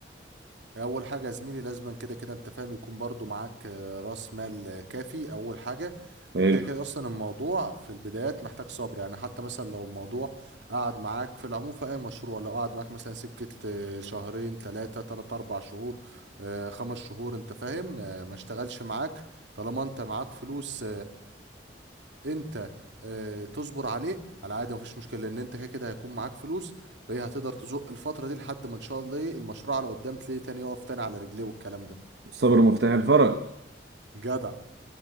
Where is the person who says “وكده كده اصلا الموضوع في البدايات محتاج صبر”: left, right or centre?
Right